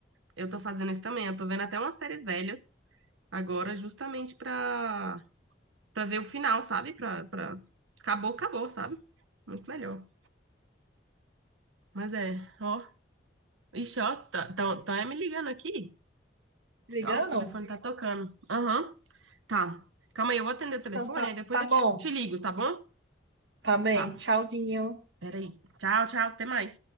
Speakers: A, on the right (about 85°); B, on the right (about 65°).
A: Eu tô fazendo isso também. Eu tô vendo até umas séries velhas agora, justamente pra, pra ver o final, sabe? Pra, pra... Acabou, acabou, sabe? Muito melhor. Mas é, ó. Ixi, ó, tá, tão, tão é me ligando aqui.
B: Ligando?
A: Ó, o telefone tá tocando. Aham. Tá. Calma aí, eu vou atender o telefone,
B: Então tá,
A: aí depois
B: tá
A: eu
B: bom.
A: te, te ligo, tá bom?
B: Tá bem.
A: Tá.
B: Tchauzinho.
A: Peraí. Tchau, tchau, até mais.